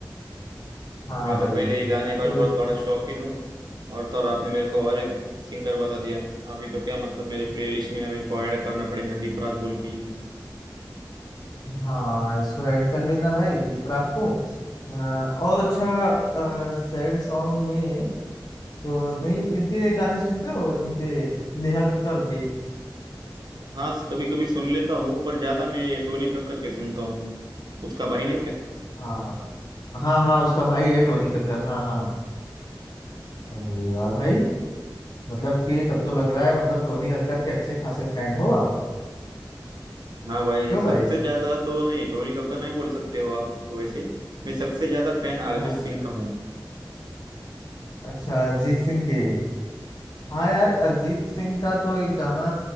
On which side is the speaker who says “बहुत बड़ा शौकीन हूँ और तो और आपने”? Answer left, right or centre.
Right